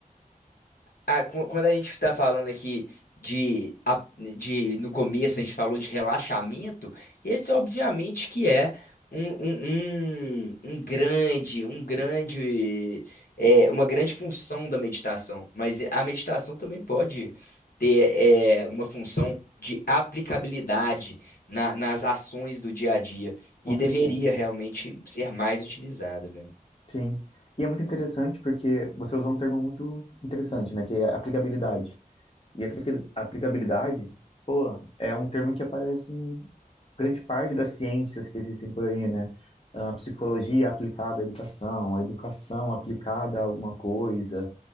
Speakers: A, on the left; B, on the left.
A: ah, qu- quando a gente está falando aqui de, a- de no começo a gente falou de relaxamento, esse obviamente que é um, um, um, um grande, um grande, é, uma grande função da meditação. Mas a meditação também pode ter é, uma função de aplicabilidade na- nas ações do dia a dia
B: com
A: e
B: certeza.
A: deveria realmente ser mais utilizada, mesmo.
B: Sim. E é muito interessante porque você usou um termo muito interessante, né? Que é aplicabilidade. E aplica- aplicabilidade, pô, é um termo que aparece em grande parte das ciências que existem por aí, né? A psicologia aplicada à educação, a educação aplicada a alguma coisa,